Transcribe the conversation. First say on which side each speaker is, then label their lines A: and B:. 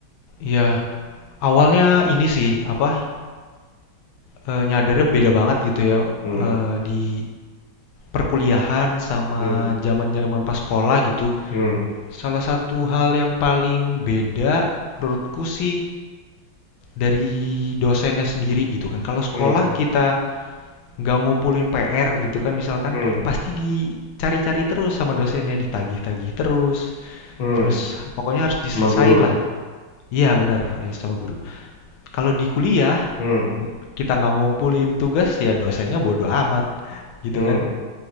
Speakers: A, on the left; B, on the left.
A: Iya, awalnya ini sih apa Eee, nyadarnya beda banget gitu ya,
B: hmm,
A: eee, di perkuliahan sama
B: hmm,
A: zaman-zaman pas sekolah gitu.
B: hmm, hmm,
A: Salah satu hal yang paling beda menurutku sih dari dosennya sendiri gitu kan. Kalau sekolah
B: hmm,
A: kita nggak ngumpulin PR gitu kan misalkan,
B: hmm,
A: pasti dicari-cari terus sama dosennya, ditagih-tagih terus,
B: hmm,
A: terus pokoknya harus diselesain
B: sama guru.
A: lah. Iya bener, eee, sama guru. Kalau di kuliah,
B: Hmm,
A: kita nggak ngumpulin tugas ya dosennya bodo amat gitu
B: hmm,
A: kan.